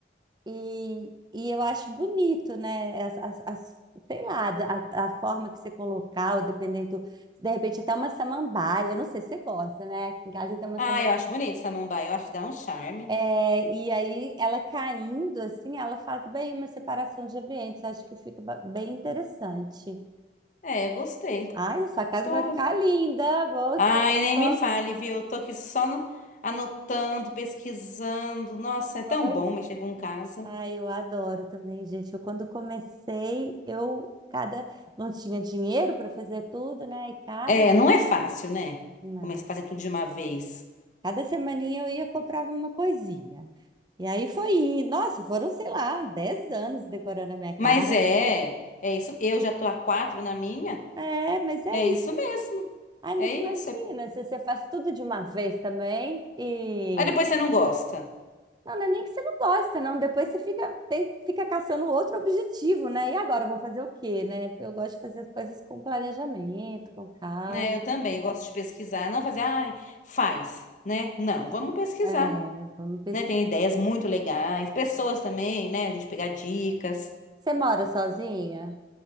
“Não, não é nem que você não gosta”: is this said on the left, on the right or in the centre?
Right